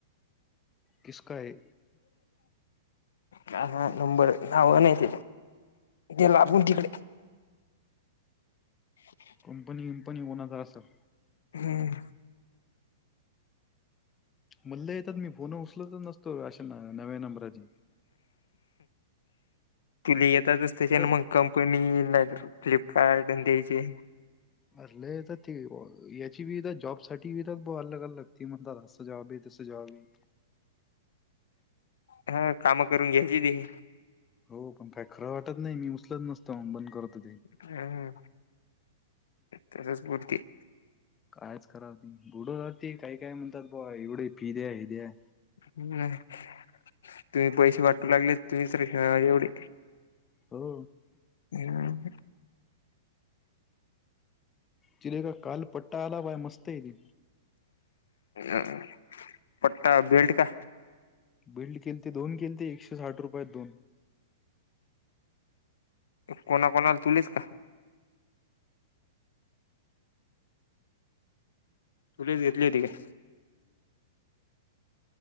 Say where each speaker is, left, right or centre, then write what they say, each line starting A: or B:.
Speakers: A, on the left; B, on the left.
A: कस का आहे
B: ह हा नंबर ना नते ते ला तकडे ह
A: कंपनी विंपनी होणार तर असल
B: हम्
A: म्हणलं येतात मी फोन उचलतच नसतो अशा नव्या नंबराची
B: तुला येतातचतेशन
A: खरंच
B: मग कंपनी नाही फ्लिपकार्ट द्यायचे
A: अरल तर ती याची बी तर जॉब साठी बी तर अल्लगलग त म्हणतात अस सजावी ते सजावी
B: हा काम करून घ्यायची ती
A: हो पण काय खरं वाटत नाही मी उचलत नसतो बंद करत
B: हम तसच भरती
A: कायच कराव ती बुड रा ती काही काय म्हणतात ब एवढे पि दे्या ह दे्या
B: हम्म तुम्ही पैसे वाटू लागले तुम्ही तरे एवढे
A: हो
B: हम्
A: चिर का काल पट्टा आला बाय मस्त आहेली
B: अ पट्टा बेलट का
A: बिल्ड केल ते दोन केल ते एकशे साठ रुपयात दोन
B: कोणा कोणाला तुलेस का तुलीच घेतलीय ती काय